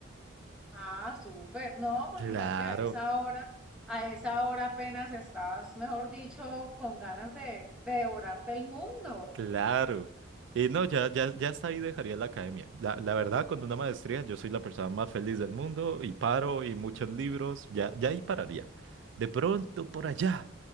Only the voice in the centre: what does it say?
Ah, súper. No, imagínate
a esa hora, a esa hora apenas estás, mejor dicho, con ganas de, de devorarte el mundo.